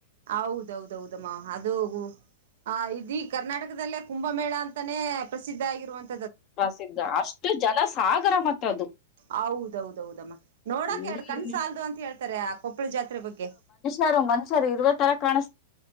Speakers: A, on the right (about 60°); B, on the left (about 40°).
A: ಹೌದ, ಹೌದಮ್ಮ ಅದು ಹ ಆ ಇಡೀ ಕರ್ನಾಟಕದಲ್ಲೇ ಕುಂಭಮೇಳ ಅಂತಾನೇ ಪ್ರಸಿದ್ಧ ಆಗಿರುವಂತ
B: ಪ್ರಸಿದ್ಧ ಅಷ್ಟು ಜನ ಸಾಗರ ಮತ್ತೆ ಅದು.
A: ಹೌದೌದೌದಮ್ಮ ನೋಡಕ
B: ಹ್ಮ್
A: ಎರಡು ಕಣಸಾಲ್ದು ಅಂತ ಹೇಳ್ತಾರೆ ಆ ಕೊಪ್ಪಳ ಜಾತ್ರೆ ಬಗ್ಗೆ.
B: ಮನುಷರ್ ಇರುತ್ತರಕಾಣ <unintelligible>